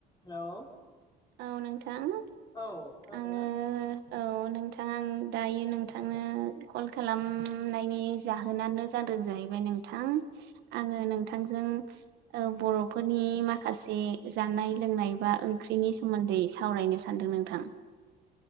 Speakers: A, on the left; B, on the right.
A: हेल'।
B: औ नोंथां।
A: औ आादोंनाा।
B: आङो औ नोंथां आं दायो नोंथांनो
A: औ नोंथां
B: कल खालामनायनि जाहोनानो जानो जाहैबाय नोंथां नोंथां आङो नोंथांजों बर'फोरनि माखासे जानाय लोंनाय सोंनायबा ओंख्रिनि सोमोन्दै सावरायनो सानदों नोंथां।